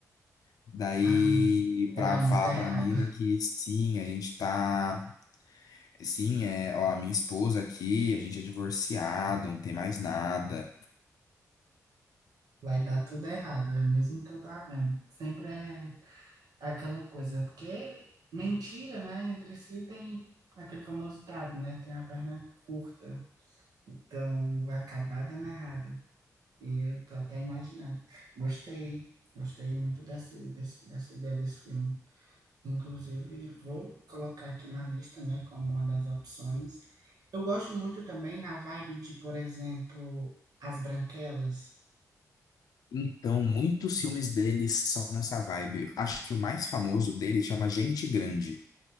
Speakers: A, on the left (about 80°); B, on the right (about 85°).
A: Daí,
B: Ah, vai
A: pra
B: dar muito
A: falar
B: errado.
A: pra mina que sim, a gente tá. Sim, é, ó, a minha esposa aqui, a gente é divorciado, não tem mais nada.
B: Vai dar tudo errado, é mesmo que eu tá vendo. Sempre é aquela coisa, é porque mentira, né? Entre si tem aquele famoso ditado, né? Tem a perna curta. Então vai acabar dando errado. E eu tô até imaginando. Gostei, gostei muito dessa, dessa ideia desse filme. Inclusive, vou colocar aqui na lista, né, como uma das opções. Eu gosto muito também na vibe de, por exemplo, As Branquelas.
A: Então, muitos filmes deles são nessa vibe. Acho que o mais famoso dele chama Gente Grande.